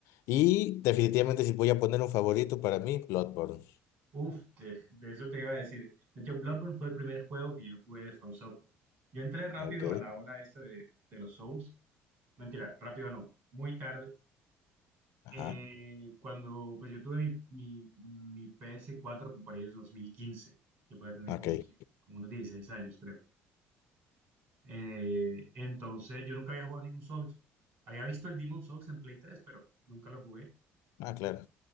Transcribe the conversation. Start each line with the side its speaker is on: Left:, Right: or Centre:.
Left: Y definitivamente si voy a poner un favorito para mí, Bloodborne.
Right: Uf, de, de eso te iba a decir. De hecho, Bloodborne fue el primer juego que yo jugué de From Software. Yo entré rápido
Left: Ok,
Right: a la ola esta de, de los Souls. Mentira, rápido no, muy tarde.
Left: ajá,
Right: Eh, cuando pues yo tuve mi, mi, mi ps cuatro por ahí en 2015. yo podía tener
Left: ok.
Right: como, sí, como unos 16 años, creo. Eh, entonces yo nunca había jugado ningún Souls. Había visto el Demon Souls en Play 3, pero nunca lo jugué.
Left: Ah, claro.